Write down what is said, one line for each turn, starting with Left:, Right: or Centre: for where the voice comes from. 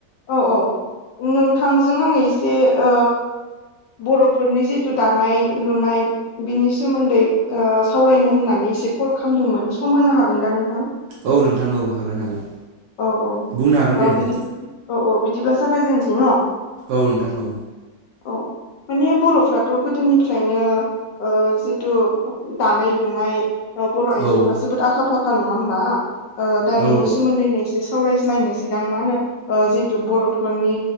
Left: औ औ नोंथांजों आङो एसे ओ बर'फोरनि जिथु दानाय लुनाय बिनि सोमोन्दै ओ सावरायनोहोननानै एसे कल खामदोंमोन सम होनो हागोन दा नोंथां?
Right: औ नोंथां औ हागोन हागोन
Left: औ औ
Right: बुंनो हागोन दे
Left: ओ
Right: नोंथां
Left: बिदि औ औ बिदिब्ला जागायजेननोसै न'
Right: औ नोंथां औ
Left: औ माने बर'फ्राथ' गोदोनिफ्रायनो ओ जिथु दानाय लुनाय ओ बर' आइजोफ्रा
Right: औ
Left: जोबोद आखा फाखा नङा होमबा ओ दा बिनि
Right: औ
Left: सोमोन्दैनो एसे सावरायज्लायनोसै दां मानो होनो ओ जिथु बर'फोरनि